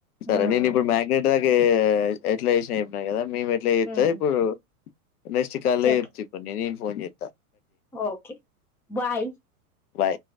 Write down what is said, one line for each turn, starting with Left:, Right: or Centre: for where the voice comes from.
Left: సరే
Centre: ఉమ్
Left: నేను ఇప్పుడు మ్యాగ్నేట్ దాక ఎట్లా వేసినా వేపిన కదా మేము ఎట్లా చేస్తే
Centre: ఉమ్
Left: ఇప్పుడు నెక్స్ట్ కాలే
Centre: చెప్పు
Left: చెప్పండి నే ఫోన్ చేత్తా
Centre: ఓకే బాయ్
Left: బాయ్